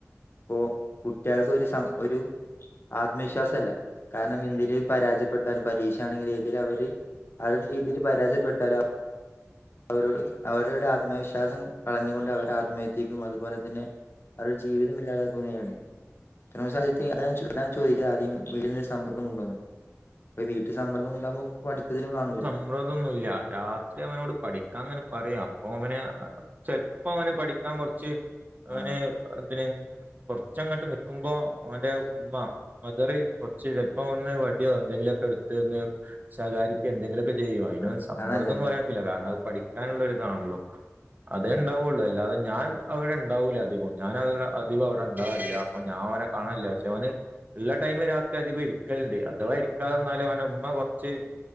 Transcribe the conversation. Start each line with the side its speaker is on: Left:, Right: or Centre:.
Left: ഇപ്പോ കുട്ട്യൾക്ക് ഒരു സം ഒരു ആത്മവിശ്വാസല്ല കാരണം ഇഞ്ഞ് എന്തിലേലു പരാജയ ട്ടാലും പരീക്ഷ ആണെങ്കിലും എഴ്തിയേല്ല് അവര് ആ ഒര് രീതിയില് പരാജയപ്പെട്ടാലും അവരോട് അവരുടെ ആത്മവിശ്വാസം കളഞ്ഞുകൊണ്ട് അവരെ ആത്മഹത്യക്കും അതുപോലെ തന്നെ അവര്ടെ ജീവിതം ഇല്ലാതാക്കുന്നയാണ് <unintelligible> അതാണ് ചോ അതാണ് ചോദിക്ക്ണെ ആദ്യം വീട്ന്ന് സമ്മർദം ഉണ്ടോന്ന്? ഇപ്പ ഈ വീട്ടി സമ്മർദ്ദം ഉണ്ടാവുമ്പോ പഠിപ്പതിനും കാണൂല്ല
Right: മ്മർദൊന്നും ഇല്ല രാത്രി അവനോട് പഠിക്കാൻ ഇങ്ങനെ പറിയും അപ്പൊ അവന് ആഹ് ചെലപ്പോ അവന് പഠിക്കാൻ കൊറച്ച് അവന്
Left: ആ
Right: അതിന് കൊറച്ചങ്ങട്ട് നിക്ക്മ്പോ ഓന്റെ ഉമ്മ മദറ് കൊറച്ച് ചെല്പ്പോ ഒന്ന് വടിയോ എന്തെങ്കിലൊക്കെ എട്ത്ത് ഒന്ന് ശകാരിക്കോ എന്തെങ്കിലൊക്കെ ചെയ്യും അയിനൊന്നും
Left: ആഹ്
Right: സമ്മർദ്ദംന്ന്
Left: അത് നല്ലതാണ് നല്ല
Right: പറയാ പറ്റൂല്ല കാരണം അഹ് പഠിക്കാനള്ളൊരിതാണല്ലോ അതേ
Left: ആഹ്
Right: ബണ്ടാവോള്ളു അല്ലാതെ ഞാൻ അവിടെ ഇണ്ടാവൂല്ല അധികും ഞാൻ <unintelligible> അധികം അവ്ടെ ഇണ്ടാവേല്ല അപ്പൊ ഞാൻ ഓനെ കാണേല്ല പക്ഷേ ഓന് എല്ലാ ടൈമ് രാത്രി അധികം ഇരിക്കല്ണ്ട് അഥവാ ഇരിക്കാതെ വന്നാലും അവന്റെ ഉമ്മ കൊറച്ച്